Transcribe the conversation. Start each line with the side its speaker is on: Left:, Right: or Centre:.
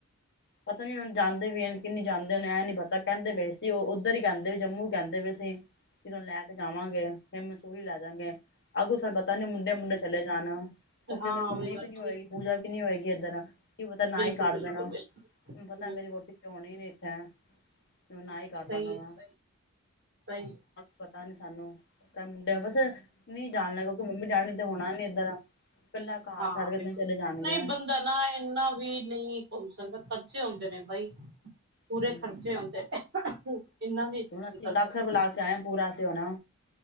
Left: ਪਤਾ ਨੀ ਹੁਣ ਵੀ ਜਾਂਦੇ ਵੀ ਕੇ ਨਹੀਂ ਜਾਂਦੇ ਮੈਨੂੰ ਇਹ ਨਹੀਂ ਪਤਾ ਕਹਿੰਦੇ ਪਏ ਸੀ। ਉਹ ਉੱਧਰ ਹੀ ਕਹਿੰਦੇ ਪਏ ਵੀ ਜੰਮੂ ਹੀ ਕਹਿੰਦੇ ਪਏ ਸੀ। ਕੀ ਤੈਨੂੰ ਲੈ ਕੇ ਜਾਵਾਂਗੇ? ਫਿਰ ਮਨਸੂਰੀ ਲੈ ਜਾਗੇ ਅੱਗੂ ਸਾਨੂੰ ਪਤਾ ਨੀ ਮੁੰਡੇ-ਮੁੰਡੇ ਚਲੇ ਜਾਣ। ਕਿਉਂਕਿ
Right: ਹਾਂ
Left: ਮੇਰੀ ਮੰਮੀ
Right: ਉਹੀ ਗੱਲ
Left: ਵੀ ਨੀ ਹੋਏਗੀ
Right: ਠੀਕ
Left: ਪੂਜਾ
Right: ਹੈ
Left: ਵੀ ਨੀ ਹੋਏਗੀ ਇੱਧਰ। ਕੀ ਪਤਾ ਨਾ
Right: ਬਿਲਕੁਲ
Left: ਹੀ ਕੱਟ
Right: ਬਿਲਕੁਲ
Left: ਦੇਣਾ
Right: ਬਿਲਕੁਲ
Left: ਕੀ ਪਤਾ
Right: ਹਮ
Left: ਮੇਰੀ ਵੋਟੀ ਕਿਉਂ ਨੀ ਇੱਥੇ। ਮਨਾ ਹੀ ਕਰ
Right: ਸਹੀ
Left: ਦਾਂਵਾਗਾ।
Right: ਹੈ ਸਹੀ ਸਹੀ ਏ।
Left: ਪਤਾ ਨੀ ਸਾਨੂੰ ਤਾਂ ਮੁੰਡਿਆਂ ਬਸ ਨਹੀਂ ਜਾਣਨਾ ਕਿਉਕਿ ਮੰਮੀ-ਡੈਡੀ ਤੇ ਹੋਣਾ ਨੀ ਇੱਧਰ। ਕੱਲਾ ਘਰ
Right: ਹਾਂ
Left: ਛੱਡ ਕੇ
Right: ਬਿਲਕੁਲ
Left: ਥੋੜੀ ਚਲੇ ਜਾਣਗੇ
Right: ਨਹੀਂ ਬੰਦਾ ਨਾ ਇੰਨਾ ਵੀ ਨਹੀਂ ਹੋ ਸਕਦਾ। ਖਰਚੇ ਆਦੇ ਨੇ ਬਾਈ ਪੂਰੇ
Left: ਹੂੰ
Right: ਖਰਚੇ ਆਉਦੇ ਨੇ। ਇੰਨਾ ਨਹੀਂ ਨਿਕਲ
Left: ਹੁਣ ਅਸੀ ਲੱਖ
Right: ਸਕਦਾ
Left: ਰੁਪਏ ਲਾ ਕੇ ਆਏ ਹਾਂ ਪੂਰਾ ਅਸੀ ਹੁਣ।